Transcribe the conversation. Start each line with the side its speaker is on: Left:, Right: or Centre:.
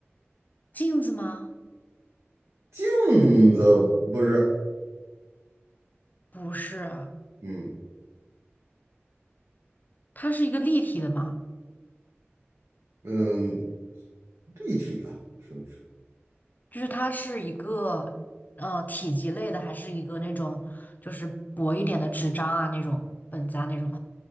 Left: 镜子吗？
Right: 镜子不是，
Left: 不是，
Right: 嗯
Left: 它是一个立体的吗？
Right: 嗯，立体的，是不是？
Left: 就是它是一个呃体积类的，还是一个那种就是薄一点的纸张啊那种本子啊那种，